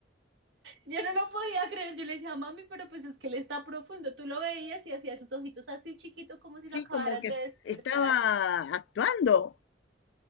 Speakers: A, on the right; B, on the left.
A: Yo no lo podía creer, yo le decía, mami, pero pues es que él está profundo. Tú lo veías y hacía sus ojitos así chiquitos como si
B: Sí,
A: lo acabaran
B: como que
A: de despertar.
B: estaba actuando,